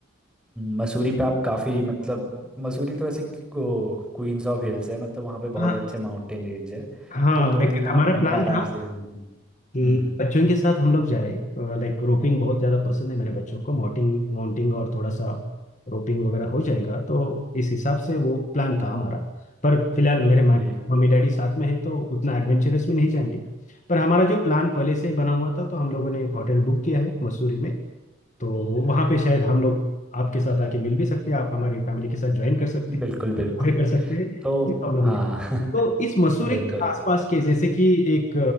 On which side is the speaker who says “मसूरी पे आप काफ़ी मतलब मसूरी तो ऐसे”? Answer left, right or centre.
Centre